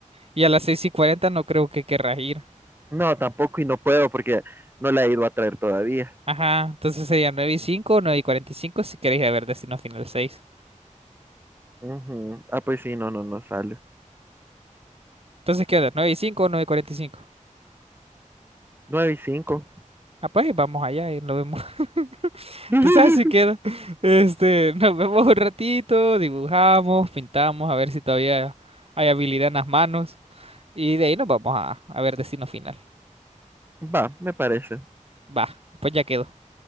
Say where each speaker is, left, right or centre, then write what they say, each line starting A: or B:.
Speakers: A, on the right; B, on the right.
A: Y a las 6 y 40 no creo que querrás ir.
B: No, tampoco y no puedo porque no la he ido a traer todavía.
A: Ajá, entonces sería 9 y 5, 9 y 45 si queréis ir a ver Destino Final seis.
B: Ujú. Ah, pues sí, no, no, no sale.
A: Entonces, ¿qué onda? ¿9 y 5 o 9 y cinco.
B: Nueve y cinco.
A: Ah, pues vamos allá y nos vemos. <laughs>
B: <laughs>
A: Entonces si queda. Este, nos vemos un ratito, dibujamos, pintamos, a ver si todavía hay habilidad en las manos. Y de ahí nos vamos a, a ver Destino Final.
B: Va, me parece.
A: Va, pues ya quedó.